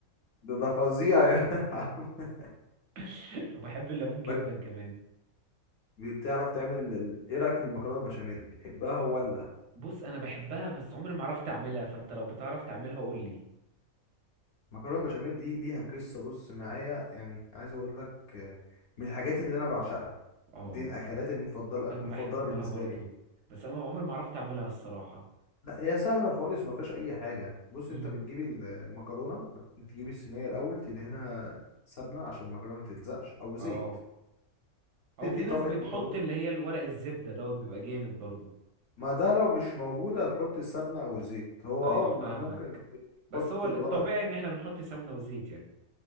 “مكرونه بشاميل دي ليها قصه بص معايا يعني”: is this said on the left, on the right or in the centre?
Left